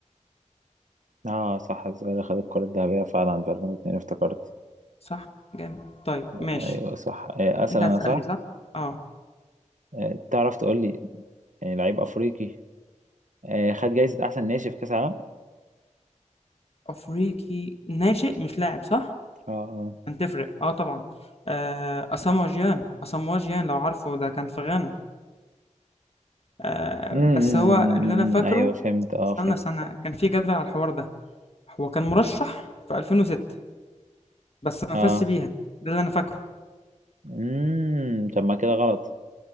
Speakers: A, on the right; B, on the left.
A: اه صح الظاهر خد الكره الذهبيه فعلا في 2002 افتكرت
B: صح جامد طيب ماشي
A: ايوه صح آه، اسال
B: انت
A: انا
B: هتسألني
A: صح
B: صح اه
A: آه، تعرف تقول لي يعني لعيب افريقي آه، خد جايزه احسن ناشئ في كاس العالم
B: افريقي ناشئ مش لاعب صح
A: اه اه
B: كانت تفرق اه طبعا آه اسامو جيان اسامو جيان لو عارفه ده كان في غانا آه
A: أمم،
B: بس
A: أمم،
B: هو
A: أمم،
B: اللي انا فاكره
A: أمم، ايوه فهمت اه
B: استنى
A: فهمت
B: سنة كان في جدل على الحوار ده هو كان مرشح في 2006 بس ما
A: اه
B: فازش بيها ده اللي انا فاكره
A: امم طب ما كده غلط